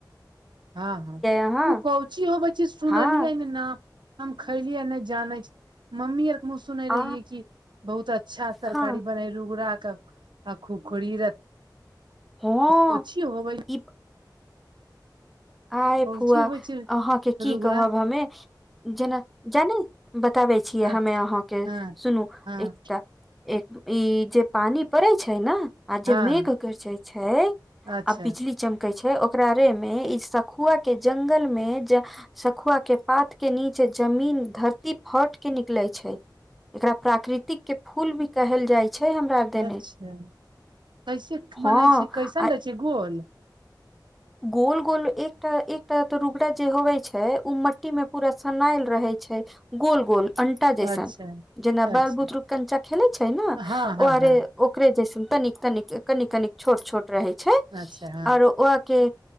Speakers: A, on the right; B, in the centre.
A: हँ हँ
B: अहाँ
A: उ कउची होबे छै सुनलियै
B: हँ
A: ने न हम खैलियै नय जानै छी मम्मी आर हमु सुने
B: आ
A: रहियै की बहुत अच्छा तरकारी
B: हँ
A: बने रूगरा क आ खुखरी
B: हऽ
A: कौची होबै
B: ई आय
A: कौची
B: फुआ
A: होइ छै
B: अहाँके की
A: रुगरा
B: कहब हमे जेना जाने बताबै छियै
A: हँ
B: हमे अहाँके
A: हँ
B: सुनू
A: हँ
B: एकटा एक ई जे पानी पड़ै छै नऽ आ जे
A: हँ
B: मेघ गरजे छै आ
A: अच्छा
B: बिजली चमकै छै ओकरा रे में इ सखुआ के जंगल में ज सखुआ के पात के नीचे जमीन धरती फट के निकले छै एकरा प्राकृतिक के फूल भी कहल जाय छै हमरा देने
A: अच्छा कैसे
B: हँ
A: बनै छै कैसन
B: आ
A: रहै छ गोल
B: गोल गोल एकटा एकटा तऽ रुगड़ा जे होवै छै ओ मट्टी मे पूरा सनायल रहै छै गोल गोल अंटा जैसन
A: अच्छा
B: जेना
A: अच्छा
B: बाल बुतरुक कंचा खेलै छै ने ओ
A: हँ हँ
B: आरे
A: हँ
B: ओकरे जसन तनिक तनिक कनिक कनिक छोट छोट रहे छै
A: अच्छा हँ
B: और ओ के